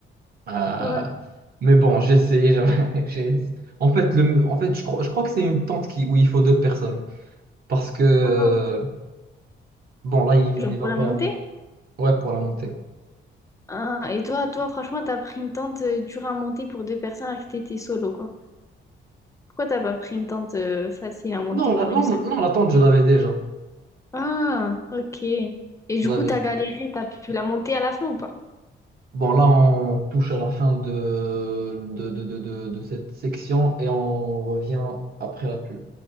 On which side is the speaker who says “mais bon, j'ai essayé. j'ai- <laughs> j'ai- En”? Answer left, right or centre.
Right